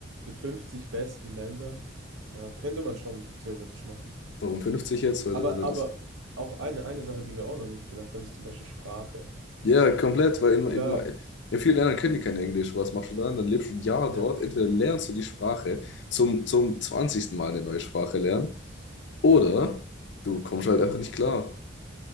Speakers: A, on the right (about 80°); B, on the left (about 65°).
A: die 50 besten Länder. Ja, könnte man schon theoretisch machen.
B: Warum 50 jetzt? Weil,
A: Aber,
B: du- weil
A: aber
B: das.
A: auch eine, eine Sache, die wir auch noch nicht bedacht haben, ist zum Beispiel Sprache.
B: Ja, komplett, weil in,
A: Klar,
B: in, in vielen Ländern können die kein Englisch. Was machst du dann? Dann lebst du ein Jahr
A: ja.
B: dort. Entweder lernst du die Sprache zum, zum zwanzigsten Mal eine neue Sprache lernen, oder du kommst halt einfach nicht klar.